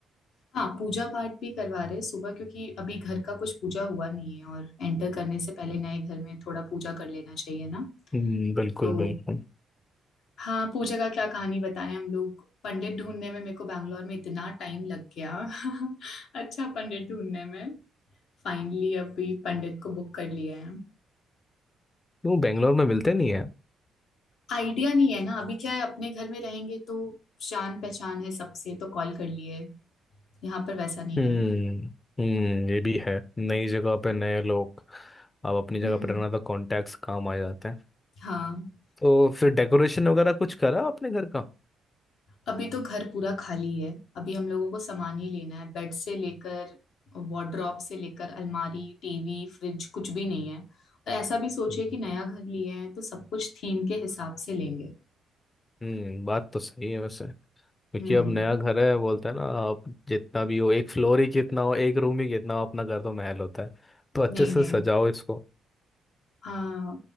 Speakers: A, on the left (about 75°); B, on the left (about 25°).
A: हाँ पूजा पाठ भी करवा रहे हैं सुबह क्योंकि अभी घर का कुछ पूजा हुआ नहीं है और एंटर करने से पहले नए घर में थोड़ा पूजा कर लेना चाहिए ना
B: हम्म बिल्कुल
A: तो
B: बिल्कुल
A: हाँ पूजा का क्या कहानी बताएं हम लोग पंडित ढूंढने में मेरे को बैंगलोर में इतना टाइम लग गया <laughs> अच्छा पंडित ढूंढने में फाइनली अभी पंडित को बुक कर लिया है
B: क्यों बेंगलोर में मिलते नहीं है
A: आइडिया नहीं है ना अभी क्या है अपने घर में रहेंगे तो जान पहचान है सबसे तो कॉल कर लिए यहाँ पर वैसा नहीं
B: हम्म
A: है
B: हम्म ये भी है नई जगह पे नए लोग अब अपनी जगह
A: हम्म
B: पर रहना तो कॉन्टैक्ट्स काम आ जाते हैं
A: हाँ
B: तो फिर डेकोरेशन वगैरह कुछ करा आपने घर का
A: अभी तो घर पूरा खाली है अभी हम लोगों को सामान ही लेना है बेड से लेकर वार्डरोब से लेकर अलमारी टीवी फ्रिज कुछ भी नहीं है और ऐसा भी सोचे
B: हम्म
A: कि नया घर लिए हैं तो सब कुछ थीम के हिसाब से लेंगे
B: हम्म, बात तो सही है वैसे क्योंकि
A: हम्म
B: अब नया घर है बोलते हैं ना आप जितना भी हो एक फ्लोर ही कितना हो एक रूम ही कितना हो अपना घर तो महल होता है तो अच्छे
A: नहीं
B: से
A: नहीं
B: सजाओ इसको
A: हाँ